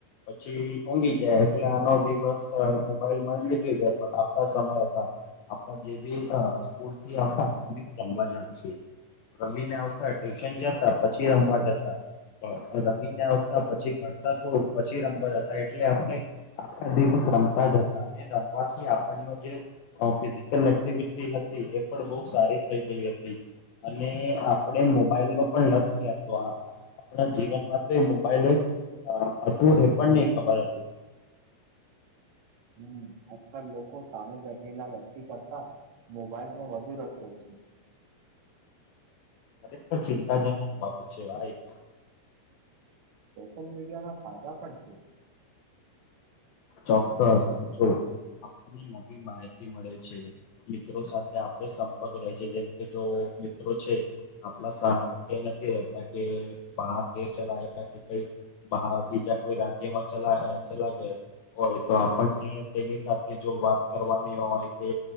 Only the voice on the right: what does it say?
<inaudible> હમ આજકાલ લોકો સામે બેઠેલા વ્યક્તિ કરતા મોબાઈલમાંો વધુ રસ હોય છે.
સોશિયલ મીડિયા ના ફાયદા પણ છે.